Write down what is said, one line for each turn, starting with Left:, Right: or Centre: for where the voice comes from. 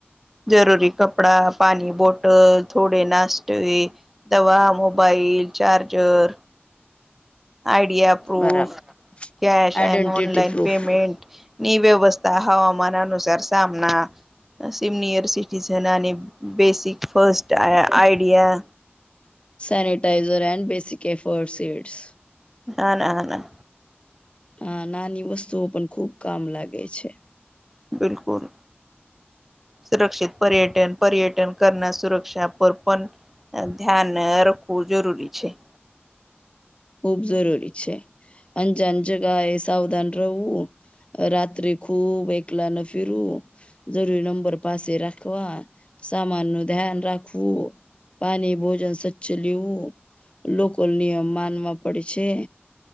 Centre: જરૂરી કપડા પાણી બોટલ થોડે નાસ્તવે દવા મોબાઈલ ચાર્જર આઈડિયા પ્રુફ
Left: બરાબર
Centre: case
Left: identity
Centre: and online
Left: proof
Centre: payment. ની વ્યવસ્થા હવામાન અનુસાર સામના સિનિયર સિટીઝન ની બેસિક ફાસ્ટ આ આઈડિયા
Left: સેનિટાઈઝર એન્ડ બેઝિક એફર્ડસેષ્ઠ.
Centre: હા ના હ ના.
Left: આ નાની વસ્તુઓ પણ ખુબ કામ લાગે છે.
Centre: બિલકુલ. સુરક્ષિત પર્યટન પર્યટન કરના સુરક્ષા પર પણ ના ધ્યાન રાખવું જરૂરી છે.
Left: ખુબ જરૂરી છે અંજાન જગા એ સાવધાન રહેવું. રાત્રે ખૂબ એકલાના ફીરવુ. જરૂરી નંબર પાસે રાખવા સામાન નું ધ્યાન રાખવું. પાણી ભોજન સ્વચ્છ લેવું લોકો નિયમ માનવા પડી છે